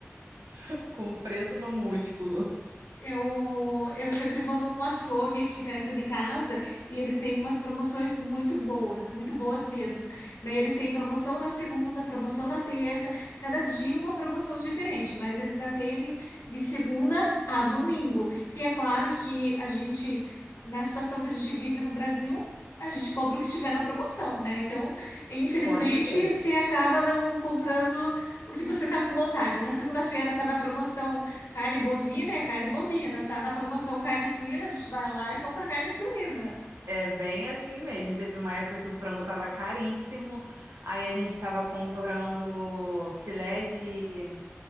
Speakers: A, on the right (about 70°); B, on the left (about 80°).
A: <laughs> com o preço do músculo.
B: Eu, eu sempre vou num açougue aqui perto de casa e eles têm umas promoções muito boas, muito boas mesmo. Daí eles têm promoção na segunda, promoção na terça, cada dia uma promoção diferente, mas eles atendem de segunda a domingo. E é claro que a gente, na situação que a gente vive no Brasil, a gente compra o que tiver na promoção, né? Então, infelizmente,
A: Com certeza.
B: você acaba não comprando o que você está com vontade. Na segunda-feira está na promoção. Carne bovina é carne bovina, tá na promoção carne suína, a gente vai lá e compra carne suína.
A: É bem assim mesmo. Teve uma época que o frango tava caríssimo, aí a gente tava comprando filé de.